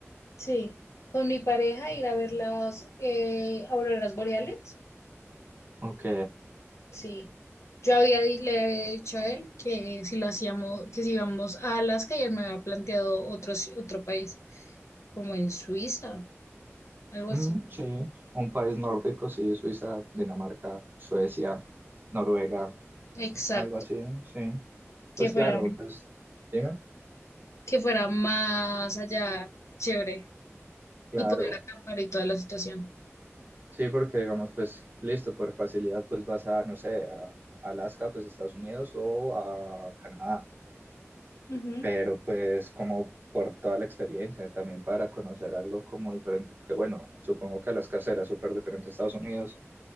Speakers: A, on the left (about 70°); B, on the right (about 45°).
A: sí. Con mi pareja ir a ver las eh, auroras boreales.
B: Ok.
A: Sí. Yo había, di- le había dicho a él que si lo hacíamos, que si íbamos a Alaska y él me había planteado otro, ci- otro país, como en Suiza, algo
B: Mm,
A: así.
B: sí, un país nórdico, sí, Suiza, Dinamarca, Suecia, Noruega,
A: Exacto.
B: algo así, sí. Pues
A: Que fuera,
B: claro, pues dime,
A: que fuera más allá, chévere.
B: claro,
A: Y poder acampar y toda la situación.
B: sí, porque digamos, pues listo, por facilidad, pues vas a, no sé, a Alaska, pues Estados Unidos o a Canadá,
A: Ujú.
B: pero pues como por toda la experiencia, también para conocer algo como diferente, que bueno, supongo que Alaska será súper diferente a Estados Unidos